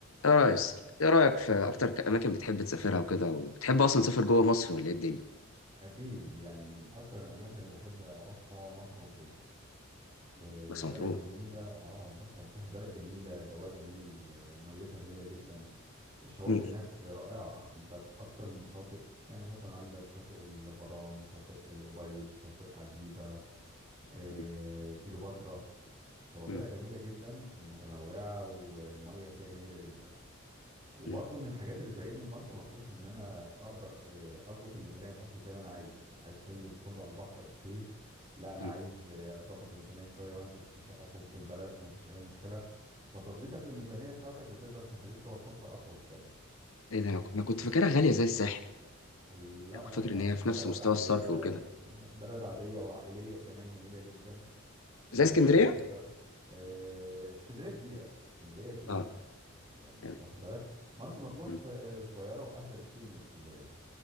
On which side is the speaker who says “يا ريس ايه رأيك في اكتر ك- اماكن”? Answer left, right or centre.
Left